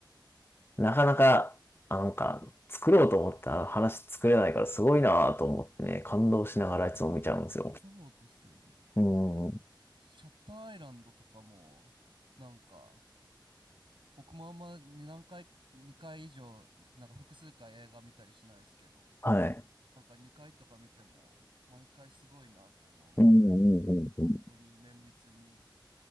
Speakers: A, on the left; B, on the right.
A: なかなか、あなんか、作ろうと思った話作れないからすごいなぁと思ってね、感動しながらいつも見ちゃうんですよ。
B: そうですよね。
A: うん。
B: シャッターアイランドとかも、なんか、僕もあんまに何回、2回以上、なんか複数回映画見たりしないですけど、
A: はい。
B: なんか2回とか見ても、毎回すごいなと思うぐらい、
A: うんうんうんうん。
B: 本当に綿密に